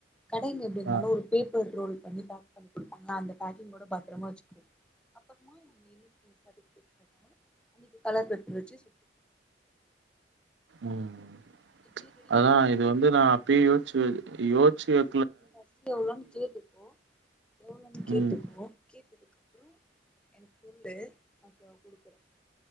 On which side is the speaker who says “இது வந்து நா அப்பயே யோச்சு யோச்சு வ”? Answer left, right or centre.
Right